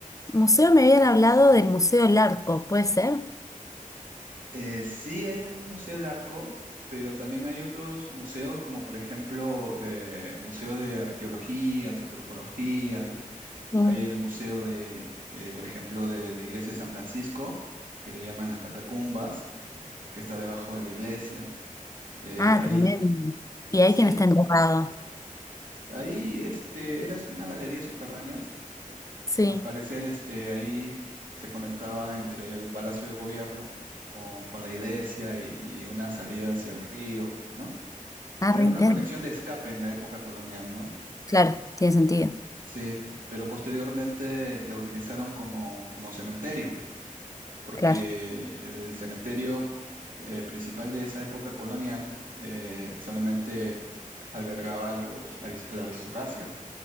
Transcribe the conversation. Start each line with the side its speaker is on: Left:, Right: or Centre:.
Left: Museo, me habían hablado del Museo Larco, ¿puede ser?
Right: Eh, sí hay un museo del arco, pero también hay otros museos, como por ejemplo eh, Museo de Arqueología, Antropología,
Left: Mm,
Right: hay el Museo de, eh, por ejemplo, de la Iglesia de San Francisco, que le llaman las Catacumbas, que está debajo de la iglesia. Eh,
Left: Ah,
Right: hay,
Left: tremendo. Y
Right: sí,
Left: hay quien está enterrado.
Right: Ahí este, eras unas galerías subterráneas.
Left: sí.
Right: Al parecer, este, ahí se conectaba entre el Palacio de Gobierno con, con la iglesia y, y una salida hacia el río, ¿no?
Left: Ah,
Right: Era
Left: re intenso.
Right: una conexión de escape en la época colonial, ¿no?
Left: Claro, tiene sentido.
Right: Sí, pero posteriormente lo utilizaron como, como cementerio, porque
Left: Claro,
Right: el cementerio eh, principal de esa época colonial eh, solamente albergaba a los, aris- a la aristocracia